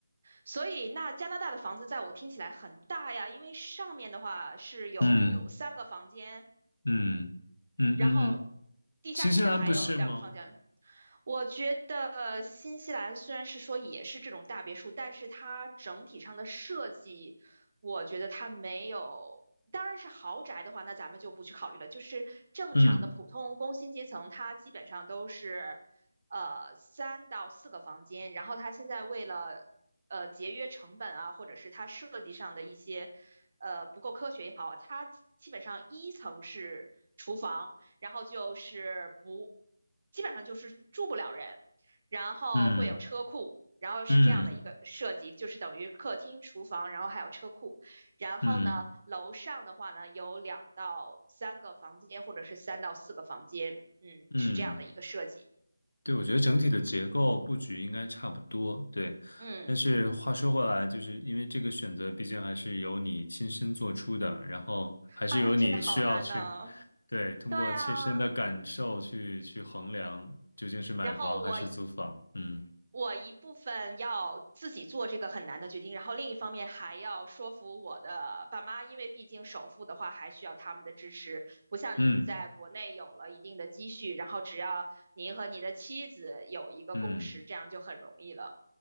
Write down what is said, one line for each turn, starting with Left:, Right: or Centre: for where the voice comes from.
Right: 所以，那加拿大的房子在我听起来很大呀，因为上面的话是有三个房间，
Left: 嗯嗯嗯嗯嗯嗯，
Right: 然后地下室还有两个房间，
Left: 新西兰不是吗？
Right: 我觉得新西兰虽然是说也是这种大别墅，但是它整体上的设计，我觉得它没有。当然是豪宅的话，那咱们就不去考虑了。就是正常的普通工薪阶层，
Left: 嗯
Right: 它基本上都是，呃，三到四个房间。然后它现在为了，呃，节约成本啊，或者是它设计上的一些，呃，不够科学也好啊，它基基本上一层是厨房。然后就是不，基本上就是住不了人，然后会有车库，
Left: 嗯。
Right: 然后是这样的一个设计，
Left: 嗯
Right: 就是等于客厅、厨房，然后还有车库，然后呢，
Left: 嗯
Right: 楼上的话呢有两到三个房间，或者是三到四个房间，嗯，
Left: 嗯，
Right: 是这样的一个设计。
Left: 对，我觉得整体的结构布局应该差不多，对。
Right: 嗯，
Left: 但是话说回来，就是因为这个选择毕竟还是由你亲身做出的，然后还是由你需要去，
Right: 哎呀，真的好难呢。
Left: 对，通过切身的感受去去衡量究竟是买房还是租房。
Right: 对啊，然后我
Left: 嗯
Right: 我一部分要自己做这个很难的决定，然后另一方面还要说服我的爸妈，因为毕竟首付的话还需要他们的支持，不像您在国内有了一定的积蓄，
Left: 嗯
Right: 然后只要您和你的妻子有一个共识，
Left: 嗯
Right: 这样就很容易了。